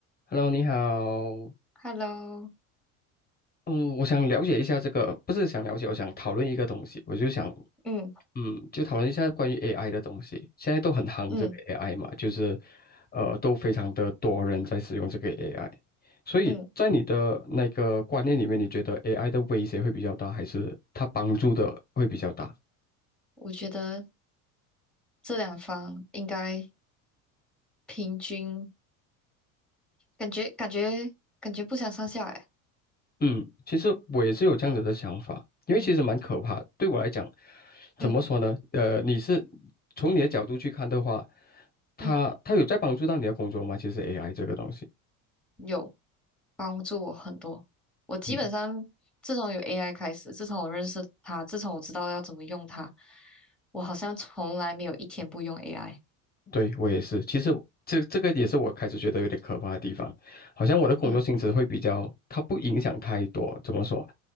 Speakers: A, on the left; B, in the centre.
A: Hello，你好。
B: Hello，
A: 嗯，我想了解一下这个，不是想了解，我想讨论一个东西。我就想，
B: 嗯
A: 嗯，就讨论一下关于 AI 的东西。现在都很夯这个
B: 嗯
A: AI 嘛，就是，呃，都非常的多人在使用这个 AI。所以在你的那个观念里面，
B: 嗯，
A: 你觉得 AI 的威胁会比较大，还是它帮助的会比较大？
B: 我觉得这两方应该平均，感觉感觉感觉不相上下哎，
A: 嗯，其实我也是有这样子的想法，因为其实蛮可怕的。
B: 嗯
A: 对我来讲，怎么说呢？
B: 嗯
A: 呃，你是从你的角度去看的话，他他有在帮助到你的工作吗？
B: 嗯，
A: 其实 AI 这个东西，
B: 有帮助我很多。我基本上自从有
A: 嗯，
B: AI 开始，自从我认识它，自从我知道要怎么用它，我好像从来没有一天不用 AI。
A: 对我也是。其实这这个也是我开始觉得有点可怕的地方，好像我的工作性质会比较，
B: 嗯
A: 它不影响太多。怎么说？